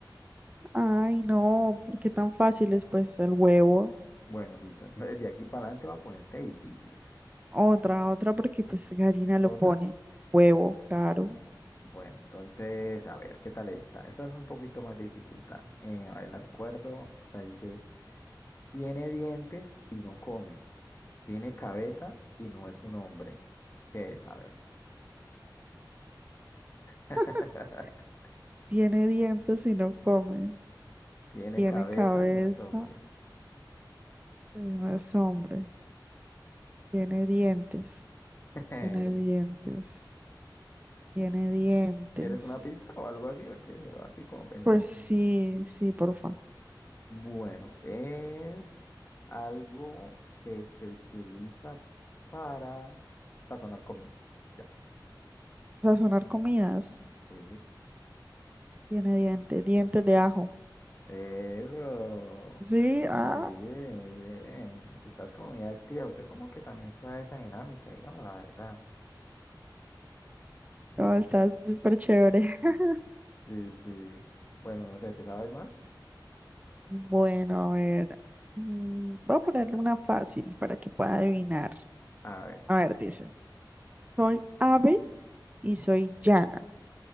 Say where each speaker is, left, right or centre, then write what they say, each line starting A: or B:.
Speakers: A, on the right; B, on the left.
A: Ay, no, ¿por qué tan fácil es pues el huevo?
B: Bueno, listo. Entonces, de aquí para adelante va a ponerte difíciles.
A: Otra, otra porque pues gallina lo
B: Otra.
A: pone. Huevo, claro.
B: Bueno, entonces, a ver, ¿qué tal esta? Esta es un poquito más de dificultad. Eh, a ver, la recuerdo. Esta dice, tiene dientes y no come, tiene cabeza y no es un hombre. ¿Qué es? A ver. <laughs>
A: <laughs> Tiene dientes y no come.
B: Tiene
A: Tiene
B: cabeza
A: cabeza,
B: y no es hombre.
A: pero no es hombre. Tiene dientes,
B: Eh,
A: tiene dientes, tiene dientes.
B: ¿quieres una pista o algo así? Porque veo así como pensaste.
A: Pues sí, sí, porfa.
B: Bueno, es algo que se utiliza para sazonar comidas. Ya,
A: Sazonar comidas.
B: sí.
A: Tiene dientes, dientes de ajo.
B: Eso.
A: Sí, ah,
B: Sí, muy bien. Estás como muy activa. Usted como que también fue a esa dinámica, dígame la verdad. <laughs>
A: no, está súper chévere. <laughs>
B: Sí, sí. Bueno, no sé, ¿te sabes más?
A: Bueno, a ver. mm, Voy a ponerle una fácil para que pueda adivinar.
B: A ver.
A: A ver, dice. Soy ave y soy llana,